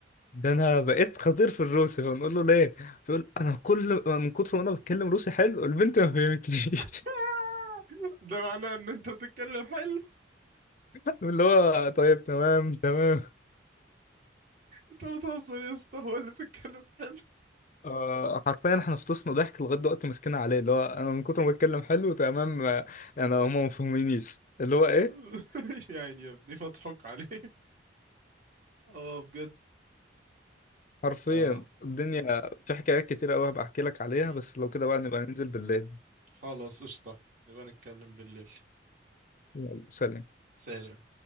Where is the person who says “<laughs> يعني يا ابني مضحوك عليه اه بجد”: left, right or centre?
Right